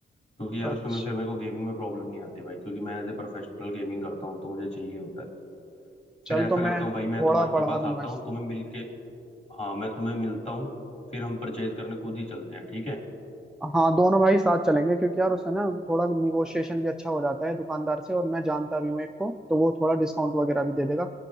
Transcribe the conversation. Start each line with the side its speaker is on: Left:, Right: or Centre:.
Left: क्योंकि यार
Centre: अच्छा
Left: उसमें फिर मेरे को गेमिंग में प्रॉब्लम नहीं आती भाई क्योंकि मैं एज ए प्रोफेशनल गेमिंग करता हूँ तो मुझे चाहिए होता है
Centre: चल
Left: फिर ऐसा
Centre: तो मैं
Left: करता हूँ भाई
Centre: थोड़ा
Left: मैं तुम्हारे
Centre: बढ़ा
Left: पास
Centre: दूंगा
Left: आता
Centre: इस
Left: हूँ तुम्हें मिलके हाँ मैं तुम्हें मिलता हूँ फिर हम परचेज करने खुद ही चलते हैं ठीक है
Centre: हाँ दोनों भाई साथ चलेंगे क्योंकि यार उससे ना थोड़ा निगोशिएशन भी अच्छा हो जाता है दुकानदार से और मैं जानता भी हूँ एक को तो वो थोड़ा डिस्काउंट वगैरह भी दे देगा